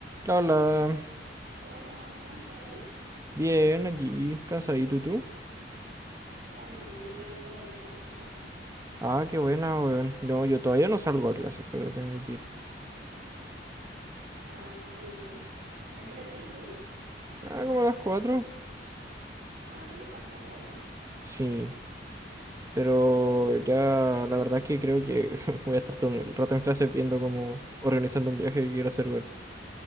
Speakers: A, on the right; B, on the right.
A: La, la,
B: Hola, ¿cómo está ahí?
A: bien, aquí, cansadito, ¿y tú?
B: También llegando de clases.
A: Ah, qué buena, weón. No, yo todavía no salgo a clases, pero tengo que ir.
B: Ah, qué mal. ¿A qué hora tienes que ir?
A: Ah, como a las 4?
B: Ah, te falta todavía.
A: Sí, pero ya la verdad que creo que <laughs> voy a estar todo el rato en clases viendo cómo organizando un viaje que quiero hacer, weón.